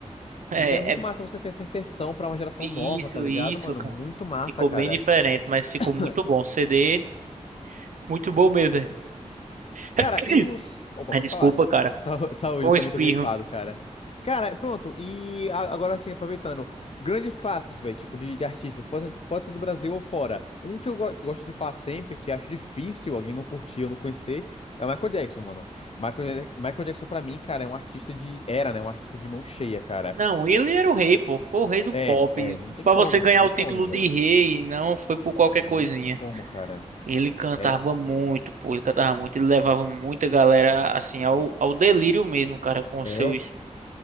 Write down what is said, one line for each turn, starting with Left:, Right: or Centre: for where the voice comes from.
Right: é,
Left: então é muito
Right: é
Left: massa você ter essa inserção pra uma geração
Right: isso,
Left: nova, tá ligado,
Right: isso,
Left: mano?
Right: cara.
Left: Muito massa,
Right: Ficou
Left: cara.
Right: bem diferente, mas ficou
Left: <clears throat>
Right: muito bom. CD, muito bom mesmo.
Left: Cara,
Right: <coughs>
Left: e os. Opa,
Right: Ah,
Left: pode
Right: Desculpa,
Left: falar. desculpa.
Right: cara.
Left: Sa- <laughs> Saúde,
Right: Foi um
Left: também
Right: espirro.
Left: tô gripado, cara. Cara, pronto. E a- agora sim, aproveitando. Grandes clássicos, velho, tipo de, de artistas. Pode ser, pode ser do Brasil ou fora. Um que eu go- gosto de falar sempre, que acho difícil alguém não curtir ou não conhecer, é o Michael Jackson, mano. Michael, Ja- Michael Jackson, pra mim, cara, é um artista de. Era, né? Um artista de mão cheia, cara.
Right: Não, ele era o rei, pô. Foi o rei do
Left: É,
Right: pop.
Left: é. Não tem
Right: Pra
Left: como,
Right: você ganhar
Left: não tem
Right: o
Left: como,
Right: título
Left: velho.
Right: de rei, não foi por qualquer
Left: Não
Right: coisinha.
Left: tem como, cara.
Right: Ele cantava
Left: É.
Right: muito, pô. Ele cantava muito. Ele levava muita galera, assim, ao, ao delírio mesmo, cara, com os
Left: É.
Right: seus.